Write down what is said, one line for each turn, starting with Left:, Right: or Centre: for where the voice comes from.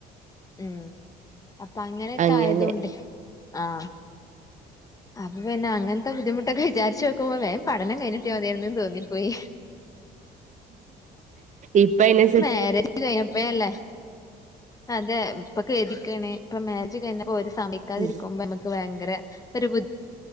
Left: ഉം അപ്പങ്ങനൊക്കായതോണ്ട്
Right: അങ്ങനെ
Left: ആഹ് അപ്പപിന്നെ അങ്ങൻത്തെ ബുദ്ധിമുട്ടൊക്കെ വിചാര്ച്ചോക്ക്മ്പൊ വേം പഠനം കയിഞ്ഞ്ട്ട്യാ മതിയായിര്ന്ന് തോന്നിപ്പോയി
Right: ഇപ്പയ്ന്
Left: മാര്യേജ് കയ്ഞ്ഞപ്പയല്ലേ അതെ ഇപ്പൊ ഖേദിക്കാണ് ഇപ്പ മേജ് കയ്ഞ്ഞപ്പോര് സമയ്ക്കാതിര്ക്ക്മ്പൊ
Right: ഉം
Left: മ്മക്ക് ഇക്ക് ഭയങ്കര ഒരു ബു